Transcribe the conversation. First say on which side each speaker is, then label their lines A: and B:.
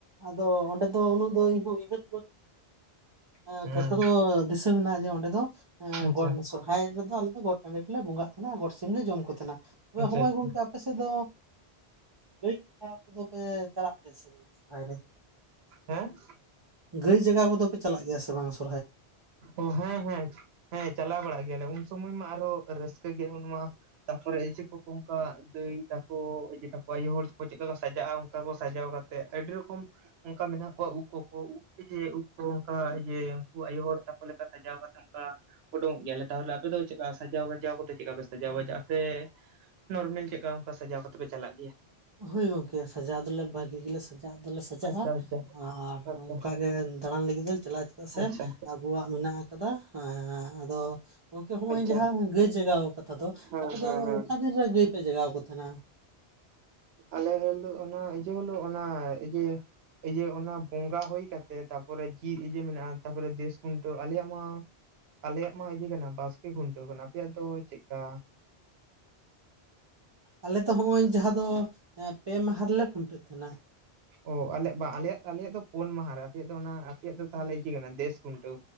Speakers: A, on the right (about 40°); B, on the right (about 75°).
A: ᱟᱫᱚ ᱚᱸᱰᱮ ᱫᱚ ᱩᱱᱟᱹᱜ ᱫᱚ ᱤᱧ ᱦᱚ ᱩᱭᱦᱟᱹᱨ <inaudible>
B: ᱦᱮᱸ
A: ᱠᱟᱛᱷᱟ ᱫᱚ ᱫᱤᱥᱟᱹ ᱢᱮᱱᱟᱜᱼᱟ ᱡᱮ ᱚᱸᱰᱮ ᱫᱚ
B: ᱟᱪᱪᱷᱟ
A: ᱜᱚᱲ <unintelligible> <unintelligible> ᱨᱮᱫᱚ ᱟᱞᱮ ᱫᱚ ᱜᱚᱴ ᱴᱟᱺᱰᱤ ᱨᱮᱞᱮ ᱵᱚᱸᱜᱟᱜ ᱛᱟᱦᱮᱱᱟ ᱟᱨ ᱜᱚᱴ ᱥᱤᱢ ᱞᱮ ᱡᱚᱢ ᱠᱚ ᱛᱟᱦᱮᱱᱟ
B: ᱟᱪᱪᱷᱟ
A: ᱦᱚᱸᱜᱼᱚᱭ
B: ᱟᱪᱪᱷᱟ
A: ᱜᱚᱝᱠᱮ ᱟᱯᱮ ᱥᱮᱫ ᱫᱚ ᱜᱟᱹᱭ <inaudible> ᱫᱚᱯᱮ ᱪᱟᱞᱟᱜ ᱜᱮᱭᱟ ᱥᱮ ᱵᱟᱝ ᱟᱨ
B: ᱦᱮᱸ
A: ᱜᱟᱹᱭ ᱡᱟᱜᱟᱣ ᱠᱚᱫᱚ ᱯᱮ ᱪᱟᱞᱟᱜ ᱜᱮᱭᱟ ᱥᱮ ᱵᱟᱝ ᱥᱮ
B: ᱚ ᱦᱮᱸ ᱦᱮᱸ ᱦᱮᱸ ᱪᱟᱞᱟᱣ ᱵᱟᱲᱟᱜ ᱜᱮᱭᱟᱞᱮ ᱩᱱ ᱥᱚᱢᱚᱭ ᱢᱟ ᱟᱨᱚ ᱨᱟᱹᱥᱠᱟᱹ ᱜᱮ ᱩᱱᱢᱟ ᱛᱟᱯᱚᱨᱮ ᱪᱮᱫ ᱠᱚᱠᱚ ᱚᱱᱠᱟ ᱫᱟᱹᱭ ᱛᱟᱠᱚ ᱤᱭᱳ ᱛᱟᱠᱚ ᱟᱭᱳ ᱦᱚᱲ ᱛᱟᱠᱚ ᱪᱮᱫᱠᱟ ᱠᱚ ᱥᱟᱡᱟᱜᱼᱟ ᱚᱱᱠᱟ ᱠᱚ ᱥᱟᱡᱟᱣ ᱠᱟᱛᱮ ᱛᱮ ᱟᱹᱰᱤ ᱨᱚᱠᱚᱢ ᱚᱱᱠᱟ ᱢᱮᱱᱟᱜ ᱠᱚᱣᱟ ᱩᱵ ᱠᱚ ᱠᱚ ᱩᱵ ᱡᱮ ᱩᱵ ᱠᱚ ᱚᱱᱠᱟ ᱤᱭᱟᱹ ᱩᱱᱠᱩ ᱟᱭᱳ ᱦᱚᱲ ᱛᱟᱠᱚ ᱞᱮᱠᱟ ᱥᱟᱡᱟᱣ ᱠᱟᱛᱮ ᱚᱱᱠᱟ ᱩᱰᱩᱝᱚᱜ ᱜᱮᱭᱟᱞᱮ ᱛᱟᱦᱚᱞᱮ ᱟᱯᱮ ᱫᱚ ᱪᱮᱠᱟ ᱥᱟᱡᱟᱣ ᱵᱟᱡᱟᱣ ᱠᱟᱛᱮ ᱪᱮᱫᱠᱟ ᱯᱮ ᱥᱟᱡᱟᱣ ᱵᱟᱡᱟ ᱟᱯᱮ ᱱᱚᱨᱢᱮᱞ ᱪᱮᱫᱠᱟ ᱚᱱᱠᱟ ᱥᱟᱡᱟᱣ ᱠᱟᱛᱮ ᱯᱮ ᱪᱟᱞᱟᱜ ᱜᱮᱭᱟ
A: ᱦᱚᱳᱭ ᱜᱚᱝᱠᱮ ᱥᱟᱡᱟᱣ ᱫᱚᱞᱮ ᱵᱷᱟᱜᱤ ᱜᱮᱞᱮ ᱥᱟᱡᱟᱜ ᱫᱚ ᱞᱮ ᱥᱟᱡᱟᱜᱼᱟ
B: ᱟᱪᱪᱷᱟ ᱟᱪᱪᱷᱟ
A: ᱟᱨ
B: ᱟᱪᱪᱷᱟ
A: ᱚᱱᱠᱟ ᱜᱮ ᱫᱟᱬᱟᱱ ᱞᱟᱹᱜᱤᱫ ᱵᱤᱱ ᱪᱟᱞᱟᱜ ᱪᱮᱫᱟᱜ ᱥᱮ
B: ᱟᱪᱪᱷᱟ
A: ᱟᱵᱚᱣᱟᱜ ᱢᱮᱱᱟᱜ ᱟᱠᱟᱫᱟ ᱟᱫᱚ ᱜᱚᱝᱠᱮ ᱦᱚᱸᱜ
B: ᱟᱪᱪᱷᱟ
A: ᱚᱭ ᱡᱟᱦᱟᱸ
B: ᱟᱪᱪᱷᱟ ᱟᱪᱪᱷᱟ
A: ᱜᱟᱹᱭ ᱡᱟᱜᱟᱣ ᱠᱟᱛᱷᱟ ᱫᱚ
B: ᱦᱮᱸ
A: ᱟᱯᱮ
B: ᱦᱮᱸ
A: ᱫᱚ
B: ᱦᱮᱸ
A: ᱚᱠᱟ ᱫᱤᱱ ᱨᱮ ᱜᱟᱹᱭ ᱯᱮ ᱡᱟᱜᱟᱣ ᱠᱚ ᱛᱟᱦᱮᱸᱱᱟ
B: ᱟᱞᱮ ᱨᱮᱱ ᱫᱚ ᱚᱱᱟ ᱤᱭᱟᱹ ᱦᱤᱞᱳᱜ ᱚᱱᱟ ᱤᱭᱟᱹ ᱤᱭᱟᱹ ᱚᱱᱟ ᱵᱚᱸᱜᱟ ᱦᱩᱭ ᱠᱟᱛᱮᱜ ᱛᱟᱯᱚᱨᱮ ᱡᱮᱤᱭᱟᱹᱢᱮᱱᱟᱜᱼᱟ ᱛᱟᱯᱚᱨᱮ ᱫᱮᱥ ᱠᱷᱩᱱᱴᱟᱹᱣ ᱟᱞᱮᱭᱟᱜ ᱢᱟ ᱟᱞᱮᱭᱟᱜ ᱢᱟ ᱤᱭᱟᱹ ᱠᱟᱱᱟ ᱵᱟᱥᱠᱮ ᱠᱷᱩᱱᱴᱟᱹᱣ ᱠᱟᱱᱟ ᱟᱯᱮᱭᱟᱜ ᱫᱚ ᱪᱮᱫ ᱞᱮᱠᱟ
A: ᱟᱞᱮᱚ ᱫᱚ ᱦᱚᱜᱼᱚᱭ ᱡᱟᱦᱟᱸ ᱫᱚ ᱯᱮ ᱢᱟᱦᱟ ᱨᱮᱞᱮ ᱠᱷᱩᱱᱴᱟᱹᱜ ᱛᱟᱦᱮᱸᱱᱟ
B: ᱚ ᱟᱞᱮᱜ ᱵᱟᱝ ᱟᱞᱮ ᱟᱞᱮᱭᱟᱜ ᱫᱚ ᱯᱩᱱ ᱢᱟᱦᱟᱸ ᱨᱮ ᱟᱯᱮᱭᱟᱜ ᱫᱚ ᱚᱱᱟ ᱟᱯᱮᱭᱟᱜ ᱫᱚ ᱛᱟᱦᱚᱞᱮ ᱤᱭᱟᱹ ᱠᱟᱱᱟ ᱫᱮᱥ ᱠᱷᱩᱱᱴᱟᱹᱣ